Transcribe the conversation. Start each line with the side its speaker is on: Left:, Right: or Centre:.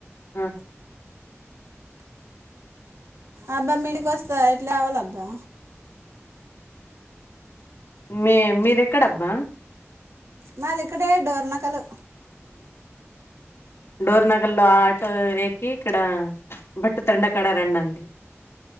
Left: ఆ
Right: అబ్బా మిడికొస్తా ఎట్లా ఒవాల అబ్బా
Left: మీ మీది ఎక్కడ అబ్బా
Right: మాది ఇక్కడే డోర్నకలు
Left: డోర్నకల్ లో ఆటో ఎక్కి ఇక్కడ బట్ట్ తండ కడ రం అంటి